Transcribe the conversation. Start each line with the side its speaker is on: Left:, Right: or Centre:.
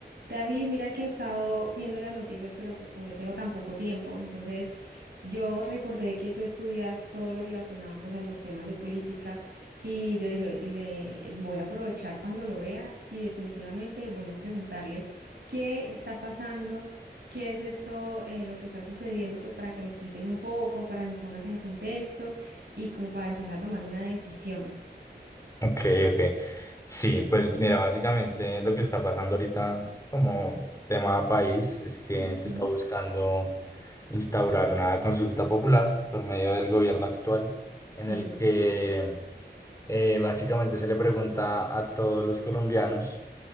Right: David, mira que he estado viendo las noticias, pero pues como yo tengo tan poco tiempo, entonces yo recordé que tú estudias todo lo relacionado pues a los temas de política y yo dije, le voy a aprovechar cuando lo vea y definitivamente voy a preguntarle qué está pasando, qué es esto, eh, lo que está sucediendo, pues para que me expliques un poco, para que me pongas en contexto y como para empezar a tomar una decisión.
Left: Ok, ok. Sí, pues mira, básicamente lo que está pasando ahorita como tema país es que
Right: Ujú,
Left: se está buscando instaurar una consulta popular por medio del gobierno actual,
Right: Sí.
Left: en el que eh, básicamente se le pregunta a todos los colombianos